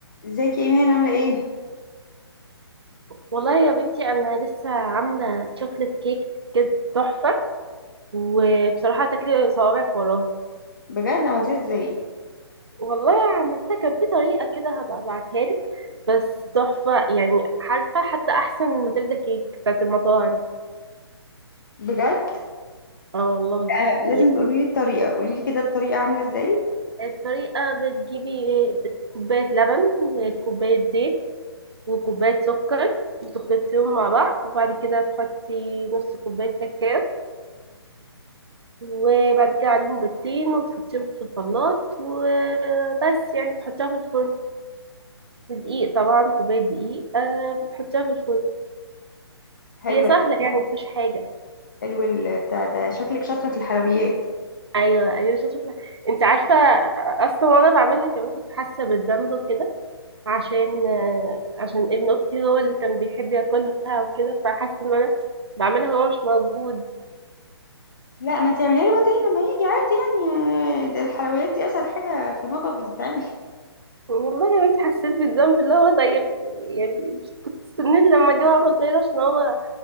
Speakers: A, on the left; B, on the right.
A: ازيك يا ايمان عامله ايه
B: والله يا بنتي انا لسه عامله شوكليت كيك كده تحفه وبصراحه تاكلي صوابعك وراها
A: بجد عملتيها ازاي
B: والله عملتها كان في طريقه كده هبقى ابعتها لك بس تحفه يعني عارفه حتى احسن من ماتيلدا كيك بتاعت المطاعم
A: بجد
B: اه والله
A: آه لازم
B: هي
A: تقولي لي الطريقه قولي لي كده الطريقه عامله ازاي
B: الطريقه بتجيبي كوبايه لبن وكوبايه زيت وكوبايه سكر وتخلطيهم مع بعض وبعد كده تحطي نص كوبايه كاكاو وبعد كده عليهم بيضتين وتحطيهم في الخلاط وبس يعني تحطيها في الفرن دقيق طبعا كوباية دقيق آه بتحطيها في الفرن
A: حلو
B: هي سهلة يعني مفيهاش حاجة
A: حلو البتاع ده شكلك شاطره في الحلويات
B: أيوة أيوة شاطرة أنت عارفة أصلا وأنا بعملها كمان كنت حاسة بالذنب وكده عشان آه عشان ابن أختي هو اللي كان بيحب ياكلها وكده فحاسة إن أنا بعملها وهو مش موجود
A: لا ما انت اعمليها له بعدين لما يجي عادي يعني آه، ده الحلويات دي اسهل حاجه في المطبخ بتتعمل
B: والله يا بنتي حسيت بالذنب اللي هو طيب يعني مش كنت استنيت لما جه عمل زي ده عشان هو